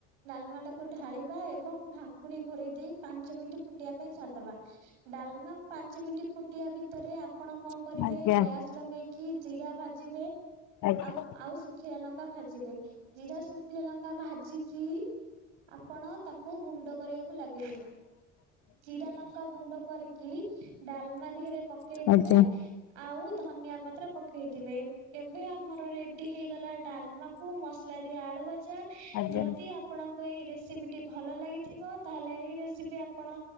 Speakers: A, on the right (about 70°); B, on the left (about 55°).
A: ଡାଲମାଟାକୁ ଢାଳିବା ଏବଂ ଢାଙ୍କୁଣୀ ଘୋରେଇ ଦେଇ ପାଞ୍ଚ ମିନିଟ୍ ଫୁଟିଆ ବା। ଡାଲମା ପାଞ୍ଚ ମିନିଟ୍ ଫୁଟିଆ ଭିତରେ ଆପଣ କଣ କରିବେ
B: ଆଜ୍ଞା
A: ଗ୍ୟାସ୍ ଲଗେଇ କି ଜିରା ଭାଜିବେ।
B: ଆଜ୍ଞା
A: ଆଉ ଆଉ ଶୁ ଖିଲା ଲଙ୍କା ଭାଜିବେ। ଜିରା ଶୁଙ୍ଖିଲା ଲଙ୍କା ଭାଜି କି ଆପଣ ତାକୁ ଗୁଣ୍ଡ କରିବାକୁ ଲାଗିବେ। ଜିରା ଲଙ୍କା ଗୁଣ୍ଡ କରିକି ଡାଲମା ଦିହେରେ ପକେଇଦେବେ।
B: ଆଜ୍ଞା ଆଜ୍ଞା
A: ଆଉ ଧନିଆ ପତ୍ର ପକେଇଦେବେ। ଏବେ ଆମର ରେଡି ହେଇଗଲା ଡାଲମାକୁ ମସଲା ଦିଆ ଆଳୁ ଭଜା।
B: ଆଜ୍ଞା
A: ଯଦି ଆପଣଙ୍କୁ ଏଇ ରେସିପିଟି ଭଲ ଲାଗିଥିବ ତାହେଲେ ଏଇ ରେସିପି ଆପଣ